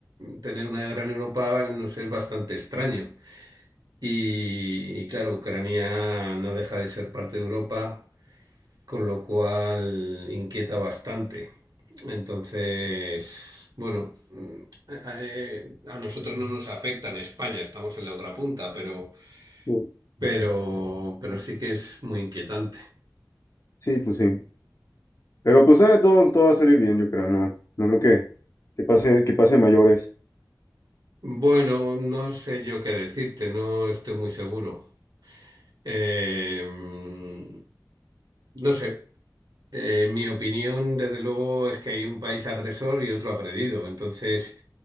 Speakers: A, on the right (about 65°); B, on the left (about 45°).
A: tener una guerra en Europa nos es bastante extraño. Y, y claro, Ucrania no deja de ser parte de Europa, con lo cual inquieta bastante. Entonces, bueno, eh, a nosotros no nos afecta en España, estamos en la otra punta, pero,
B: Sí,
A: pero, pero sí que es muy inquietante.
B: Sí, pues sí. Pero pues nada, todo, todo va a salir bien, yo creo, ¿no? No creo que, que pase, que pase mayores.
A: Bueno, no sé yo qué decirte, no estoy muy seguro. Eh, no sé, Eh, mi opinión desde luego es que hay un país agresor y otro agredido. Entonces,